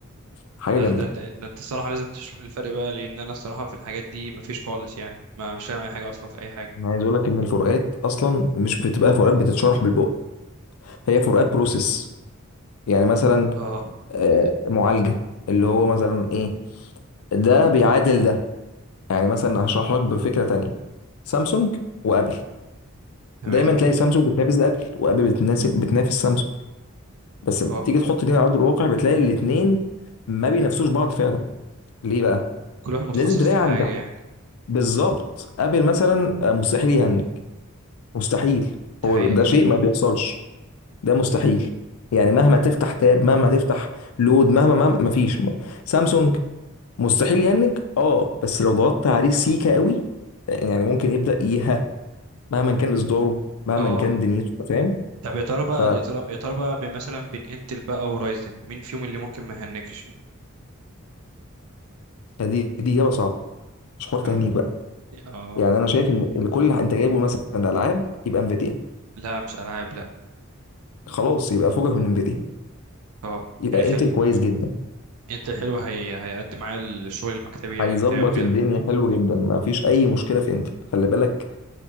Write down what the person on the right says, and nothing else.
لا
ده ده انت ده انت الصراحه لازم تشرح لي الفرق بقى لان انا الصراحه في الحاجات دي مفيش خالص يعني ما مش فاهم اي حاجه اصلا في اي حاجه
اه
تمام
اه
كل واحد متخصص
في حاجه
يعني
دي
حقيقه
اه
طب يا ترى بقى
يا ترى يا ترى بقى بين- مثلا بين انتل بقى ورايزن مين فيهم اللي ممكن ما يهنكش؟ يا
رب.
اه
لا مش العاب لا
اه
يعني خلي
انتل حلو هي... هيقدم معايا الشغل المكتبي يعني
بتاعه كده